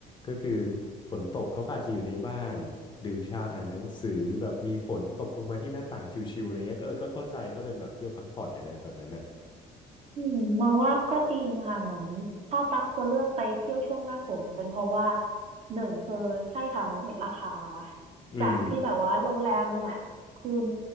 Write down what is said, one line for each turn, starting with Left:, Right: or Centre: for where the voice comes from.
Left: ก็คือฝนตกเขาก็อาจจะอยู่ในบ้านดื่มชาอ่านหนังสือแบบมีฝนตกลงมาที่หน้าต่างชิวๆอะไรเงี้ยก็เออก็เข้าใจก็เป็นแบบเที่ยวพักผ่อนนะเนอะแบบนั้นอ่ะ
Right: อืมมองว่าก็จริงค่ะเหมือนถ้าตักจะเลือกไปเที่ยวช่วงหน้าฝนเป็นเพราะว่าหนึ่งคือใช่ค่ะมันลดราคา
Left: อืม
Right: จากที่แบบว่าโรงแรมเนี่ยคืน